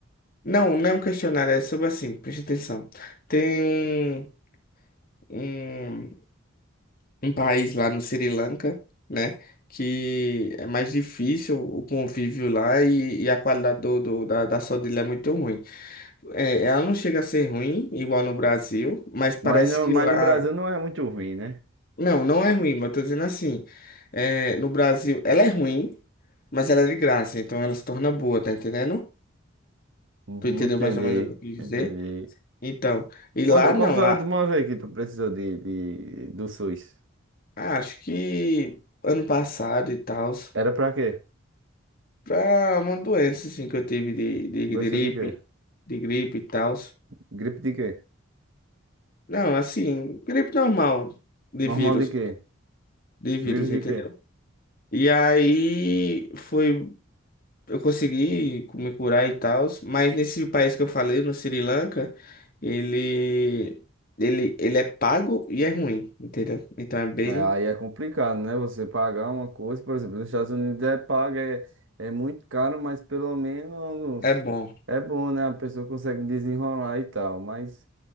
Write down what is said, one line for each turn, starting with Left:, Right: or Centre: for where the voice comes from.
Left: não, não é um questionário, é sobre assim, presta atenção. Tem um. um um país lá no Sri Lanka, né? Que é mais difícil o convívio lá e, e a qualidade do, do- da, da saúde lá é muito ruim. É, ela não chega a ser ruim, igual no Brasil, mas parece
Right: Mas no,
Left: que
Right: mas
Left: lá.
Right: no Brasil não é muito ruim, né?
Left: Não, não é ruim, mas eu tô dizendo assim. é, no Brasil, ela é ruim, mas ela é de graça, então ela se torna boa, tá entendendo?
Right: Uhum,
Left: Tu entendeu
Right: entendi,
Left: mais ou menos o que eu quis dizer?
Right: entendi.
Left: Então, e
Right: Quando,
Left: lá
Right: qual
Left: não,
Right: foi
Left: lá
Right: a última vez que tu precisou de, de- do SUS?
Left: ah, acho que ano passado e tal.
Right: Era pra quê?
Left: pra uma doença, assim, que eu tive de, de
Right: Gostou
Left: gripe,
Right: de quê?
Left: de gripe e tal.
Right: Gripe de quê?
Left: Não, assim, gripe normal, de
Right: Normal
Left: vírus,
Right: de quê?
Left: de vírus,
Right: Vírus
Left: entendeu?
Right: de quê?
Left: E aí foi, eu consegui me curar e tal, mas nesse país que eu falei, no Sri Lanka, ele, ele, ele é pago e é ruim, entendeu? Então é bem,
Right: É, aí é complicado, né? Você pagar uma coisa, por exemplo, nos Estados Unidos é paga, é, é muito caro, mas pelo menos
Left: é bom.
Right: é bom, né? A pessoa consegue desenrolar e tal, mas